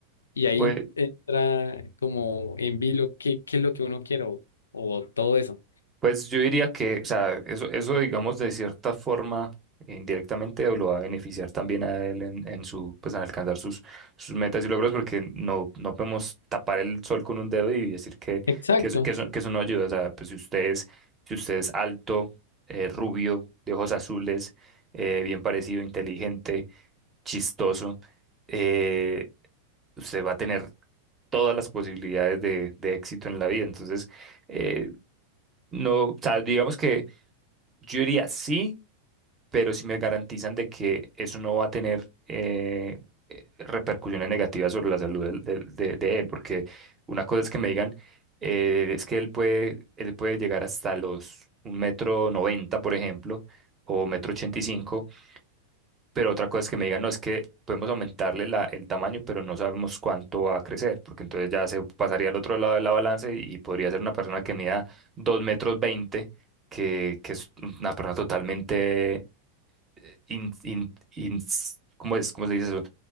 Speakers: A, on the left; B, on the right.
A: y ahí
B: pues,
A: entra como en vilo qué, qué es lo que uno quiere o, o todo eso.
B: Pues yo diría que, o sea, eso, eso digamos de cierta forma indirectamente lo va a beneficiar también a él en, en su, pues en alcanzar sus, sus metas y logros porque no, no podemos tapar el sol con un dedo y decir que,
A: Exacto.
B: que, eso, que eso- que eso no ayuda. O sea, pues si usted es, si usted es alto, eh, rubio, de ojos azules, eh, bien parecido, inteligente, chistoso, eh, usted va a tener todas las posibilidades de, de éxito en la vida. Entonces, eh, no, o sea, digamos que yo diría sí, pero si me garantizan de que eso no va a tener eh, eh, repercusiones negativas sobre la salud del- del- de, de él, porque una cosa es que me digan, eh, es que él puede, él puede llegar hasta los un metro noventa, por ejemplo, o metro ochenta y cinco, pero otra cosa es que me digan, no, es que podemos aumentarle la, el tamaño, pero no sabemos cuánto va a crecer, porque entonces ya se pasaría al otro lado de la balanza y, y podría ser una persona que mida 2 metros 20, que, que es una persona totalmente, eh, in- in- ins- ¿cómo es? ¿Cómo se dice eso?